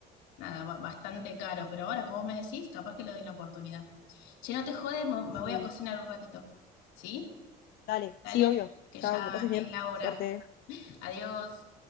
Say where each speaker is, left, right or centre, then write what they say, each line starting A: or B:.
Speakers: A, on the left (about 85°); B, on the left (about 60°).
A: nada, ba- bastante caro. Pero ahora que vos me decís, capaz que le doy una oportunidad. Che, no te jodes, me me
B: Sí.
A: voy a cocinar un ratito. ¿Sí?
B: Dale,
A: Dale,
B: sí, obvio.
A: que
B: Chao,
A: ya
B: que pases bien.
A: es la hora.
B: Suerte.
A: Adiós.